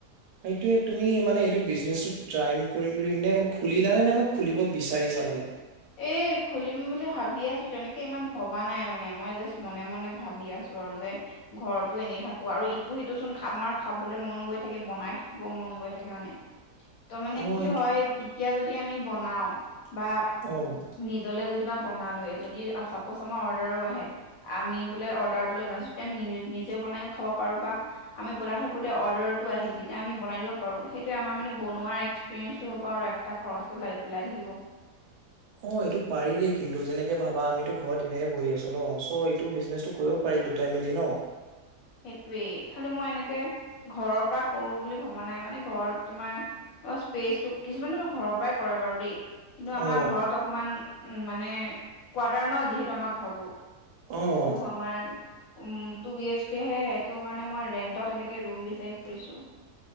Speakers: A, on the right; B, on the left.
A: সেইটোয়ে তুমি মানে এইটো বিজনেচ টাইম কৰিম বুলি নে খুলিলা নে নে ম খুলিব বিচাৰিছা মানে?
B: এই খুলিম বোলি ভাবি আছো, তেনেকে ইমান ভবা নাই মানে মই জাষ্ট মনে, মনে ভাবি আছো আৰু যে ঘৰতো এনেই থাকো, আৰু ইটো সিটো চোন খা আমাৰ খাব মন গৈ থাকে বনাই থাকিব মন গৈ থাকে মানে ত মানে
A: অ
B: কি
A: সেইটো
B: হয় এতিয়া যদি আমি বনাওঁ বা
A: উম।
B: নিজলে যেনিবা বনালোয়ে যদি চাপজ আমাৰ অৰ্ডাৰো আহে আমি বোলে অৰ্ডাৰটোলে বনাইছো আমি নিজে বনাই খাব পাৰো বা আমি বনাই থাকোতেই অৰ্দাৰটো আহিল তেতিয়া আমি বনাই দিব পাৰো, সেইটোয়ে আমাৰ মানে বনোৱা এক এস্কপিৰিয়েঞ্চু হ'ব এক্সট্ৰা খৰচো ওলাই থাকিব।
A: অ এইটো পাৰি দেই কিন্তু যেনেকে ভাবা আমিতো ঘৰত এনেই বহি আছো ন চ' এইটো বিজনেচটো কৰিব পাৰি দুটাই মিলি ন
B: সেইটোৱেই খালি মই এনেকে ঘৰৰ পৰা কৰো বুলি ভবা নাই মানে ঘৰত তোমাৰ <unintelligible> কিছুমানটো ঘৰৰ পৰাই কৰে বাৰু দেই কিন্তু আমাৰ
A: অ
B: ঘৰত অকণমান মানে কোৱাৰ্টাৰ ন যিহেতু আমাৰ ঘৰটো।
A: অ
B: তো আমাৰ উম টো বি এচ তাকেহে এটো কাৰণে মই ৰেণ্টত এনেকে ৰুম বিচাৰি ফুৰিছো।